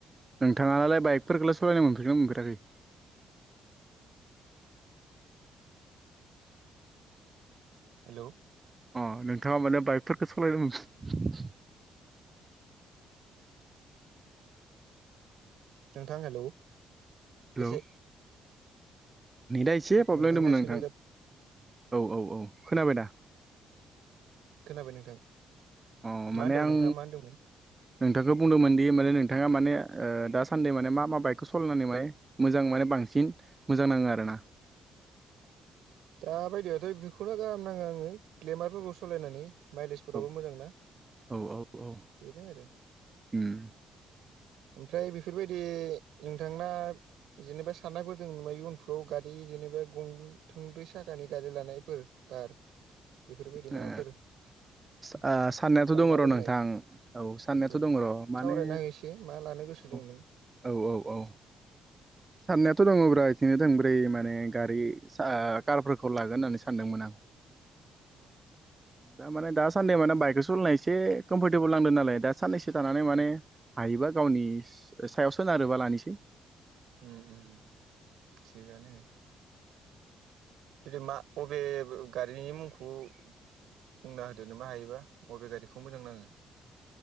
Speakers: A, on the right; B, on the right.
A: नोंथाङालाय बाइकफोरखौलाय सालायनो मोनफैरबायना मोनफेराखै?
B: हेल'
A: अ नोंथाङा माने बाइकफोरखौ सालायनो
B: नोंथां हेल'
A: हेल'
B: एसे
A: नेदा एसे प्रब्लेम
B: नोंथांना
A: दंमोन
B: एसे
A: नोंथां
B: नेदा
A: औ औ औ खोनाबाय दा
B: खोनाबाय नोंथां
A: अ माने
B: मा होनदोंमोन
A: आं
B: नोंथाङा मा होनदोंमोन
A: नोंथांखौ बुंदोंमोन दि माने नोंथाङा माने दा सान्दै माने मा मा बाइकखौ सलायनानै माने मोजां माने बांसिन मोजां नाङो आरोना।
B: दा बायदियाथ' बेखौनो गाहाम नाङो आङो ग्लेमारफोरखौ सालायनानै। माइलेजफोरावबो
A: औ
B: मोजां ना
A: औ औ औ
B: बेनो आरो।
A: उम
B: ओमफ्राय बेफोरबायदि नोंथां ना जेनेबा साननायफोर दङ नाय उनफ्राव गारि जेनेबा गं थुंद्रै साखानि गारि लानायफोर कार बेफोरबायदि
A: ओ
B: माबाफोर
A: ओ साननायाथ'
B: सानना
A: दङ र'
B: दोननाय
A: नोंथां औ साननायाथ'
B: औ
A: दङ र' माने
B: सावरायना होसे मा लानो गोसो सुदोंमोन।
A: औ औ औ औ साननायाथ' दङब्रा इदिनो थंब्रै माने गारि कारफोरखौ लागोन होननानै सानदोंमोन आं
B: अ
A: दा माने दासान्दि माने बाइकखौ सलिायनाय एसे कमफरटेबोल नांदों नालाय दा साननैसो थानानै माने
B: उम
A: हायोबा गावनि सायाव सोनारोबा लानोसै
B: उम उम उम थिगानो। जुदि मा अबे गारिनि मुंखौ बुंना होदोनो मा हायोबा बबे गारिखौ मोजां नाङो